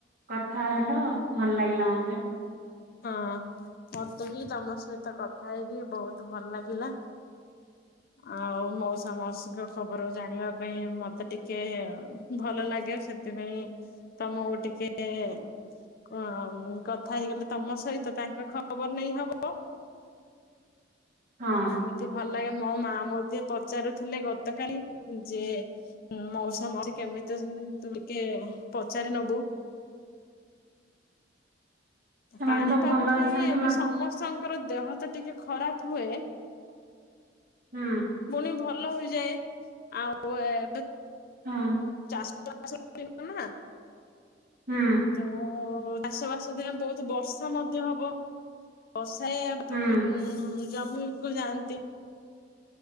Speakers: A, on the right; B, on the left.
A: କଥା ହେଲ ଭଲ ଲାଗିଲା ମତେ।
B: ହଁ ମତେ ବି ତମ ସହିତ କଥା ହେଇକି ବହୁତ ଭଲ ଲାଗିଲା। ଆଉ ମଉସା ମାସିକ ଖବର ଜାଣିବା ପାଇଁ ମତେ ଟିକେ ଭଲ ଲାଗେ ସେ ସେଥିପାଇଁ ତମକୁ ଟିକେ ଅ କଥା ହେଇଗଲେ ତମ ସହିତ ତାଙ୍କ ଖବର ନେଇ ହବ।
A: ହଁ
B: ଏମିତି ଭଲ ଲାଗେ ମୋ ମା ମଧ୍ୟ ପଚାରୁଥିଲେ ଗତକାଲି ଯେ ମଉସା ମାଉସୀ କେମିତି ଅଛନ୍ତି ତୁ ଟିକେ ପଚାରିନେବୁ।
A: ସେମାନେ
B: ପାଣିପାଗ
A: ତ ଭଲ
B: ପାଇଁ
A: ଅଛନ୍ତି
B: ଏବେ
A: ମତେ
B: ସମସ୍ତଙ୍କର ଦେହ ତ ଟିକେ ଖରାପ ହୁଏ।
A: ହୁଁ।
B: ପୁଣି ଭଲ ହୋଇଯାଏ। ଆଉ ଏବେ
A: ହଁ।
B: <inaudible> ନା
A: ହୁଁ।
B: ତ ଚାଷ ବାସ ଦିନେ ବହୁତ ବର୍ଷା ମଧ୍ୟ ହବ। ବର୍ଷାରେ
A: ହୁଁ
B: <unintelligible> <inaudible> ଜମିକୁୁ ଯାଆନ୍ତି।